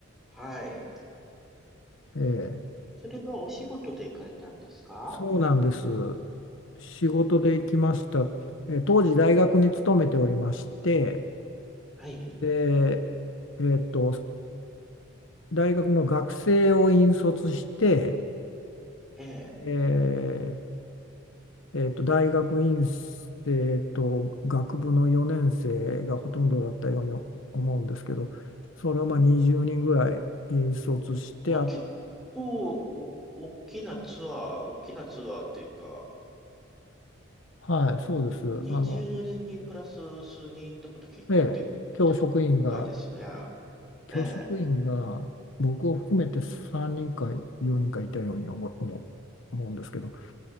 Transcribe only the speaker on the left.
ええ
そうなんです。仕事で行きました。
えー当時大学に勤めておりまして、
で、えーっと、大学の学生を引率して、
えーえーっと、大学院生と学部の4年生がほとんどだったように思うんですけど、それをまあ20人ぐらい引率してあ、
はい、そうです。
あの、ええ教職員が
教職員が僕を含めて3人か4人かいたように思う、
思う思うんですけど、